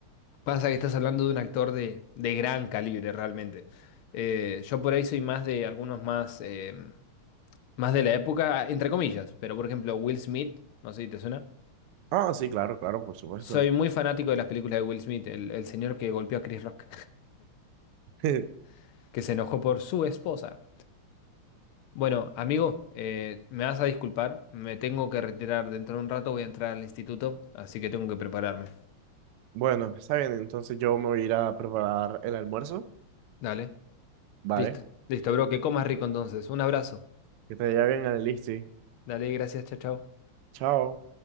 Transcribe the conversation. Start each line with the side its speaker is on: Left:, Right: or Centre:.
Left: Pasa que estás hablando de un actor de, de gran calibre, realmente. Eh, yo por ahí soy más de algunos más, eh, más de la época, entre comillas. Pero por ejemplo, Will Smith, no sé si te suena.
Right: Ah, sí, claro, claro, por supuesto.
Left: Soy muy fanático de las películas de Will Smith, el, el señor que golpeó a Chris Rock,
Right: <laughs>
Left: <laughs> que se enojó por su esposa. Bueno, amigo, eh, me vas a disculpar, me tengo que retirar dentro de un rato, voy a entrar al instituto, así que tengo que prepararme.
Right: Bueno, está bien, entonces yo me voy a ir a preparar el almuerzo.
Left: Dale,
Right: Vale,
Left: listo, listo, bro, que comas rico entonces. Un abrazo.
Right: que te vaya bien, Alexi.
Left: Dale, gracias, chao, chao.
Right: Chao.